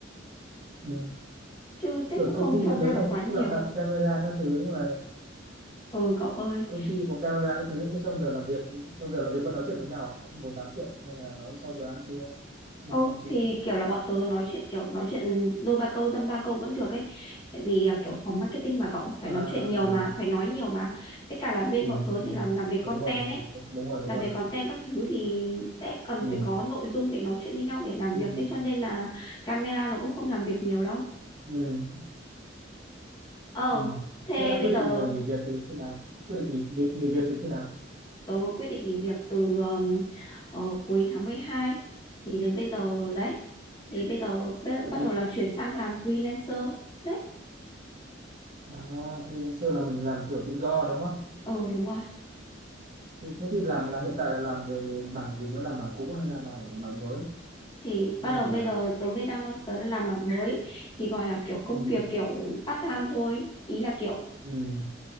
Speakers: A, on the right (about 45°); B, on the left (about 25°).
A: ừ.
B: chứ sếp
A: tưởng
B: cũng
A: công
B: không
A: ty
B: tham
A: đó là
B: gia được
A: lúc
B: quá nhiều
A: nào cũng đặt camera các thứ nhưng mà
B: ừ cậu ơi
A: công ty có camera các thứ nhưng trong giờ làm việc trong giờ làm việc vẫn nói chuyện với nhau à? Vẫn ngồi tám chuyện hay là nói sau giờ ăn trưa Sau
B: ô
A: giờ ăn trưa
B: thì kiểu là bọn tớ nói chuyện kiểu nói chuyện đôi ba câu dăm ba câu vẫn được ấy tại vì à, kiểu phòng marketing mà cậu phải
A: à
B: nói chuyện nhiều
A: à
B: mà phải nói nhiều mà với cả là bên
A: ừ,
B: bọn tớ
A: ừ.
B: thì làm làm về content
A: đúng rồi đúng
B: ấy
A: rồi đúng rồi đúng
B: làm
A: rồi
B: về content các thứ thì sẽ cần
A: ừ.
B: phải có nội dung để nói chuyện với nhau để làm
A: Ừ.
B: việc thế cho nên là camera nó cũng không làm việc nhiều đâu
A: Ừ.
B: ờ
A: Ừ.
B: thế
A: thế là
B: bây
A: quyết định
B: giờ
A: ờ, nghỉ việc từ khi nào quyết định nghỉ nghỉ, nghỉ việc từ khi nào
B: tớ quyết định nghỉ việc từ um, ờ, cuối tháng mười hai thì đến bây giờ đấy thì bây giờ bê-
A: à,
B: bắt đầu là chuyển sang làm freelancer đấy
A: À, freelancer là mình làm kiểu tự do đúng không?
B: ừ đúng rồi
A: Thế thế thì làm là hiện tại là làm về mảng gì? Vẫn là mảng cũ hay là mảng mảng mới?
B: thì
A: Bên
B: bắt đầu
A: mảng
B: bây
A: nào?
B: giờ tớ mới đang tớ đang làm mảng mới thì gọi là kiểu công
A: Ừ,
B: việc kiểu part time thôi ý là kiểu
A: ừ,